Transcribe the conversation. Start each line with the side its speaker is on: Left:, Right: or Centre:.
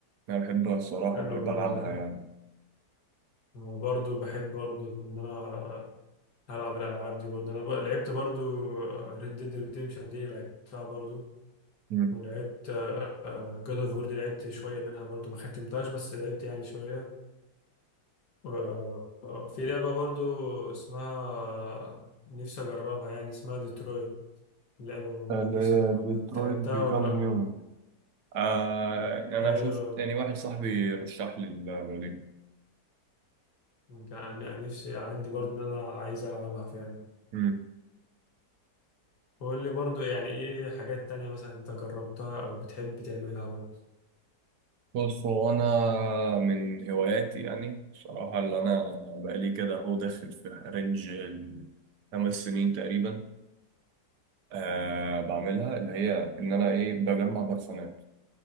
Right: أنا بحبها الصراحة
Left: حلو
Right: وبحب
Left: برضو
Right: ألعبها
Left: أنا
Right: يعني
Left: برضو بحب برضو ان انا هلعب الالعاب دي برضو انا بقى- لعبت برضو ريد ديد ريديمشن دي لعبتها برضو
Right: مم.
Left: لعبت جود اوف وور دي لعبت شوية منها برضو ما ختمتهاش بس لعبت يعني شوية و- آه، في لعبة برضو اسمها نفسي أجربها يعني اسمها ديتروي لعبة برضو
Right: اللي
Left: نفسي
Right: هي
Left: أجربها
Right: ديترويت
Left: أنت لعبتها
Right: بيكام
Left: ولا لأ؟
Right: هيومن آه انا
Left: أيوة
Right: شفت يعني واحد صاحبي رشح لي البرلين
Left: كان يعني نفسي عندي برضو إن أنا عايز ألعبها فعلا
Right: امم
Left: وقول لي برضو يعني إيه حاجات تانية مثلا أنت جربتها أو بتحب تعملها برضو
Right: بص هو انا من هواياتي يعني بصراحة اللي انا بقالي كده هو داخل في رينج الخمس سنين تقريبا آه بعملها اللي هي ان انا ايه بجمع برفانات